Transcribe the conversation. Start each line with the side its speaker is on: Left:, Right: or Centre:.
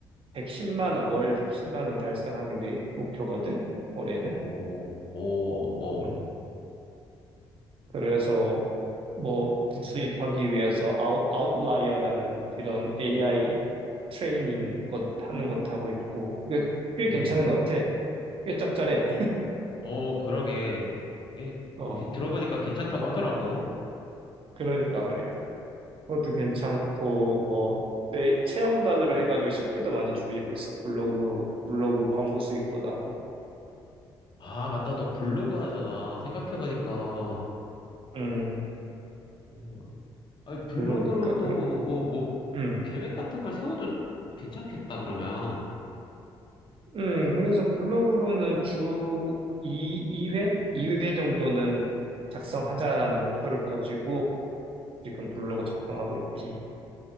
Right: 110만 원, 월 110만 원 달성하는 게 목표거든, 올해는.
Left: 오, 오, 오.
Right: 음. 그래서 뭐 부수입하기 위해서 아웃, 아웃라이어라는 이런 AI 트레이닝 것 하는 것도 하고 있고, 이게 꽤
Left: 음,
Right: 괜찮은 것 같아. 꽤 짭짤해.
Left: 어, 어, 그러게. 이게,
Right: 어,
Left: 그, 괜- 들어보니까 괜찮다고 하더라고.
Right: 그러니까 말이야. 그것도 괜찮고, 뭐, 내 체험단으로 해가지고 식비도 많이 줄이고 있어. 블로그, 블로그 광고 수익도 나고.
Left: 아, 맞다. 너 블로그 하잖아. 생각해보니까.
Right: 음,
Left: 어, 아니, 블로그로도
Right: 그러니까. 그렇,
Left: 뭐, 뭐,
Right: 음,
Left: 계획 같은 걸 세워도 괜찮겠다, 그러면.
Right: 음, 그래서 블로그로는 주 2, 이회 이회 정도는 작성하자라는 목표를 가지고 지금 블로그 작성하고 있지.